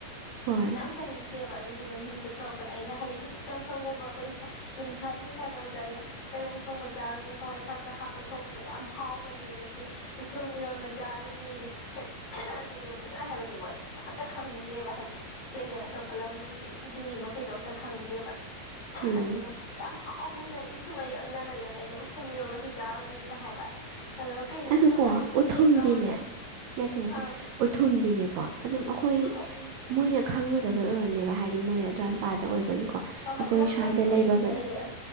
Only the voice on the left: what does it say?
ꯌꯥꯝ ꯆꯅꯤꯡꯉ ꯑꯗꯨꯅ ꯊꯔꯛꯄꯗ ꯑꯩꯅ ꯍꯥꯏꯗꯤ ꯁꯨꯝ ꯆꯝꯊꯣꯡꯒꯨꯝꯕ ꯑꯩꯈꯣꯏ ꯌꯨꯝ ꯁꯋꯥꯗ ꯁꯨꯝ ꯆꯥꯅꯕꯗꯣ ꯑꯩꯅ ꯇꯔꯨꯡ ꯊꯣꯡꯕ ꯀꯥꯎꯅꯤ ꯍꯋꯥꯏ ꯊ ꯍꯥ ꯄ ꯊꯣꯡꯣ ꯌꯥꯝ ꯍꯥꯎ ꯄꯅꯤ ꯑꯗꯒꯤ ꯎꯊꯨꯝ ꯏꯔꯣꯟꯕ ꯆꯥꯔꯨꯅꯤ ꯑꯗꯨꯔꯁꯨ ꯑꯩ ꯍꯥꯏꯕꯁꯦ ꯃꯣꯏ ꯑꯝꯇ ꯈꯪꯗꯦꯕ ꯍꯥꯏꯗꯤ ꯂꯩꯗꯅ ꯑꯇꯣꯞꯄ ꯂꯝꯒꯤ ꯃꯤ ꯃꯈꯩꯗꯣ ꯑꯝꯇ ꯈꯪꯗꯦꯕ
ꯑꯩꯅ ꯌꯥꯝ ꯍꯥꯎ ꯑꯖꯅꯤ ꯎꯠꯊꯨꯝ ꯑꯩꯅ ꯏꯃꯥꯟꯅꯕꯤ ꯑꯃꯅ ꯑꯩꯅ ꯎꯠꯊꯨꯝ ꯏꯔꯣꯃꯁꯨ ꯆꯥꯔꯣꯅꯤꯅ ꯍꯥꯏꯕ ꯑꯗꯨꯒ ꯀꯩꯅꯣ
ꯎꯊꯨꯝ ꯍꯥꯏꯗꯤ ꯎꯆꯦꯛ
ꯂꯧꯋꯦ
ꯑꯥ
ꯎꯝ
ꯍꯣꯏ ꯍꯣꯏ
ꯂꯝ
ꯂꯝ ꯑꯃꯨꯛ
ꯈꯦꯠꯅꯩꯗꯅ